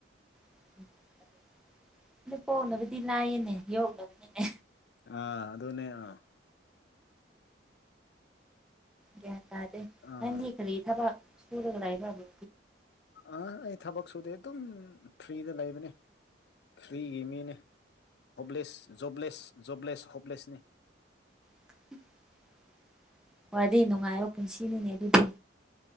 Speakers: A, in the centre; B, on the left.
A: <inaudible> ꯄꯣꯛꯅꯕꯗꯤ ꯂꯥꯛꯏꯌꯦꯅꯦ ꯌꯣꯛꯅꯕꯅꯤꯅꯦ
B: ꯑꯥ ꯑꯗꯨꯅꯦ ꯑꯥ
A: ꯒ꯭ꯌꯥꯟ ꯇꯥꯗꯦ
B: ꯑꯥ
A: ꯅꯪꯒꯤ ꯀꯔꯤ ꯊꯕꯛ ꯁꯨꯔꯒ ꯂꯩꯕꯔꯣ
B: ꯑ ꯑꯩ ꯊꯕꯛ ꯁꯨꯗꯦ ꯑꯗꯨꯝ ꯐ꯭ꯔꯤꯗ ꯂꯩꯕꯅꯦ ꯐꯔꯤꯒꯤ ꯃꯤꯅꯦ ꯍꯣꯞꯂꯦꯁ ꯖꯣꯕꯂꯦꯁ ꯖꯣꯕꯂꯦꯁ ꯍꯣꯞꯂꯦꯁꯅꯤ
A: <inaudible> ꯈꯋ꯭ꯥꯏꯗꯒꯤ ꯅꯨꯡꯉꯥꯏꯕ ꯄꯨꯟꯁꯤꯅꯤꯅꯦ ꯑꯗꯨꯗꯤ